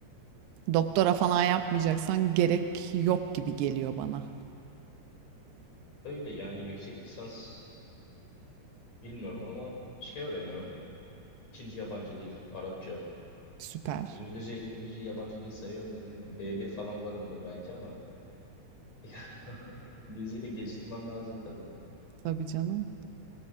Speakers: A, on the right; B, on the left.
A: Doktora falan yapmayacaksan gerek yok gibi geliyor bana.
B: Öyle yani yüksek lisans bilmiyorum ama şey öğreniyorum. İkinci yabancı dil Arapça.
A: Süper.
B: İngilizce İngilizce yabancı dil sayıyor muyuz bilmiyorum. b bir falan varımdır belki ama <laughs> İngilizceyi de geliştirmem lazım tabii.
A: Tabii canım.